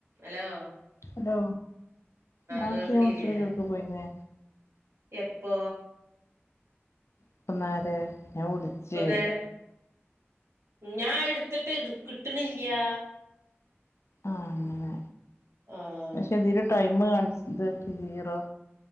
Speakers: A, on the right; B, on the left.
A: അലോ
B: അലോ നാർത്തെ
A: കേൾക്കണില്ലേ
B: ഞാൻ വിളിച്ചപ്പോ ഇജ്ജൊട്ക്കെ പോയിന്നെ
A: എപ്പോ?
B: ഇപ്പന്നാരെ. ഞാൻ വിളിച്ച്
A: ഇപ്പൊ നേരം ഞാൻ ഇട്ത്ത്ട്ട് ട്ക്കിട്ട്ണില്ല്യാ.
B: ആഹ് അങ്ങനെ.
A: ആഹ്
B: പക്ഷെ ഇതില് ടൈമ് കാണ്ച് ഇത് സീറോ